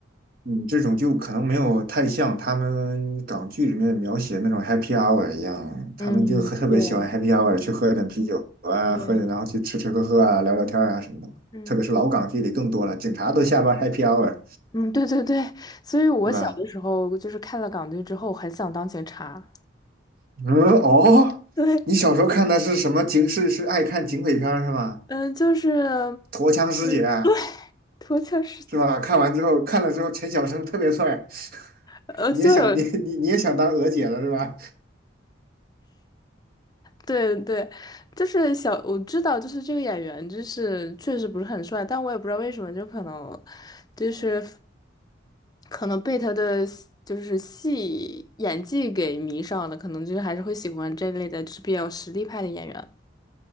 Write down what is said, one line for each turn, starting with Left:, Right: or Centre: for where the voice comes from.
Right: 嗯，这种就可能没有太像他们港剧里面描写那种 happy hour 一样，他们就很特别喜欢
Left: 嗯，对
Right: happy hour 去喝点啤酒啊，
Left: 对，
Right: 喝点然后去吃吃喝喝啊，聊聊天啊什么的。
Left: 嗯
Right: 特别是老港剧里更多了，警察都下班 happy hour，
Left: 嗯，对对对，所以我小的时候就是看了港剧之后，
Right: 对吧？
Left: 很想当警察。
Right: <laughs> 嗯，哦，
Left: 对，
Right: 你小时候看的是什么警？是是爱看警匪片儿是吧？
Left: 嗯，就是
Right: 陀枪师姐啊
Left: 嗯，脱壳是，
Right: 是吧？看完之后，看了之后，陈小生特别帅，<laughs>
Left: 呃，
Right: 你也想你你你也想当娥姐了是吧？
Left: 就是对对，就是小，我知道，就是这个演员，就是确实不是很帅，但我也不知道为什么，就可能就是可能被他的就是戏演技给迷上了，可能就是还是会喜欢这类的，就是比较实力派的演员。